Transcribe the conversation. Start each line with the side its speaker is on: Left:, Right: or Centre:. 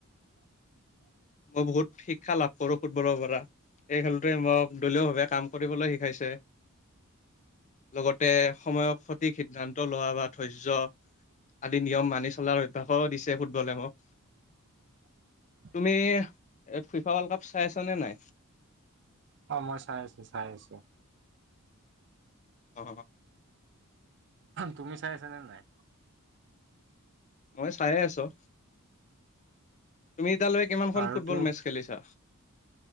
Right: <inaudible>
Left: মই বহুত শিক্ষা লাভ কৰোঁ ফুটবলৰ পৰা। এই খেলটোৱে মোক দলীয়ভাৱে কাম কৰিবলৈ শিকাইছে। লগতে সময়ক সঠিক সিদ্ধান্ত লোৱা বা ধৈৰ্য্য। আদি নিয়ম মানি চলাৰ অভ্যাসো দিছে ফুটবলে মোক।
Right: <inaudible>
Left: তুমি ফিফা ৱৰ্ল্ড কাপ চাই আছ নে নাই।
Right: অ মই চাই আছোঁ চাই আছোঁ।
Left: অ।
Right: তুমি চাই আছা নে নাই?
Left: মই চাই আছোঁ তুমি? বিদ্যালয়ে কিমানখন
Right: আৰু
Left: ফুটবল
Right: তুমি
Left: মেচ খেলিছা?